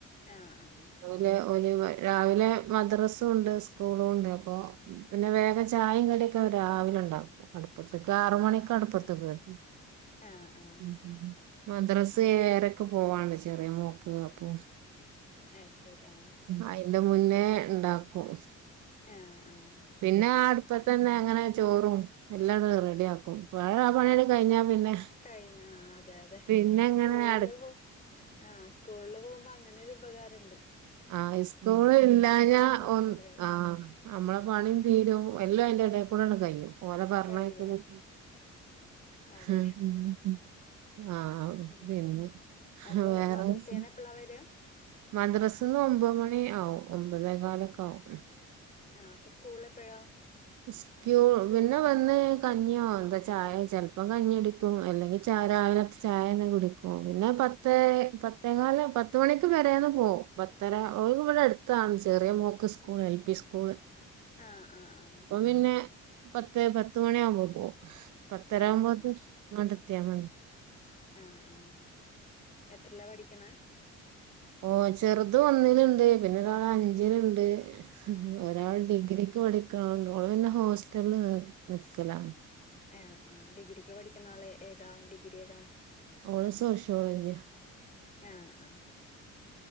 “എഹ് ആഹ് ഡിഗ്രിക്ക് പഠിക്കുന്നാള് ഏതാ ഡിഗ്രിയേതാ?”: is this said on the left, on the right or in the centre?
Left